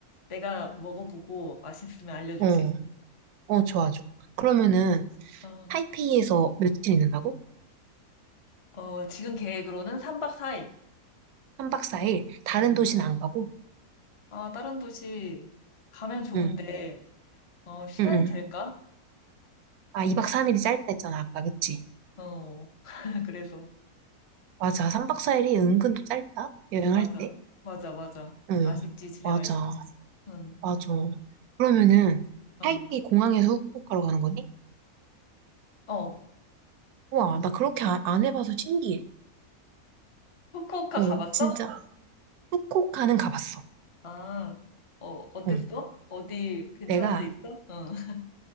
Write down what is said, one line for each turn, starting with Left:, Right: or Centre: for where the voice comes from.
Left: 내가 먹어보고 맛있으면 알려줄게.
Right: 어, 어, 좋아, 좋아. 그러면은,
Left: 어,
Right: 타이페이에서 며칠 있는다고?
Left: 어, 지금 계획으로는 3박 4일.
Right: 3박 4일? 다른
Left: 음.
Right: 도시는 안 가고?
Left: 아, 다른 도시 가면 좋은데,
Right: 응,
Left: 어, 시간이
Right: 응, 응.
Left: 될까?
Right: 아, 2박 3일이 짧다 했잖아, 아까, 그치?
Left: 어, <laughs> 그래서.
Right: 맞아. 3박 4일이 은근 또 짧다? 여행할
Left: 맞아.
Right: 때?
Left: 맞아, 맞아.
Right: 응,
Left: 아쉽지, 집에
Right: 맞아,
Left: 갈 때. 응,
Right: 맞아. 그러면은,
Left: 어.
Right: 타이페이 공항에서 후쿠오카로 가는 거네?
Left: 어,
Right: 우와, 나 그렇게 아- 안 해봐서 신기해.
Left: 후쿠오카
Right: 어,
Left: 가봤어?
Right: 진짜. 후쿠오카는 가봤어.
Left: 아, 어, 어땠어?
Right: 어,
Left: 어디 괜찮은
Right: 내가,
Left: 데 있어? 응, <laughs>